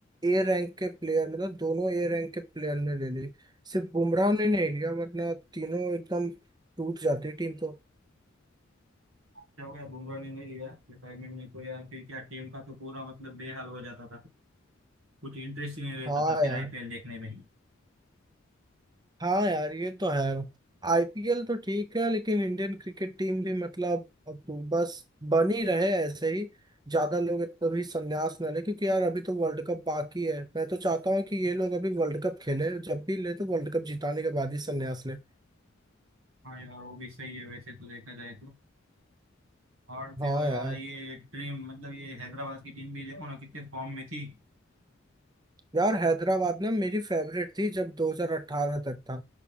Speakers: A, on the right (about 20°); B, on the right (about 85°).
A: ए रैंक के प्लेयर मतलब दोनों ए रैंक के प्लेयर ने ले ली सिर्फ बुमराह ने नहीं लिया वरना तीनों एकदम टूट जाती टीम तो
B: क्या हो गया बुमराह ने नहीं लिया रिटायरमेंट में तो यार फिर क्या टीम का तो पूरा मतलब बेहाल हो जाता था कुछ इंटरेस्ट ही नहीं रहता
A: हाँ
B: था फिर
A: यार
B: आईपीएल देखने में ही
A: हाँ यार ये तो है आईपीएल तो ठीक है लेकिन इंडियन क्रिकेट टीम भी मतलब अब तो बस बन ही रहे ऐसे ही ज्यादा लोग कभी संन्यास ना ले क्योंकि यार अभी तो वर्ल्ड कप बाकी है मैं तो चाहता हूँ कि ये लोग अभी वर्ल्ड कप खेले जब भी ले तो वर्ल्ड कप जिताने के बाद ही संन्यास ले
B: हाँ यार वो भी सही है वैसे तो देखा जाए तो और फिर
A: हाँ
B: यार
A: यार
B: ये टीम मतलब ये हैदराबाद की टीम भी देखो ना कितने फॉर्म में थी
A: यार हैदराबाद ना मेरी फेवरेट थी जब 2018 तक था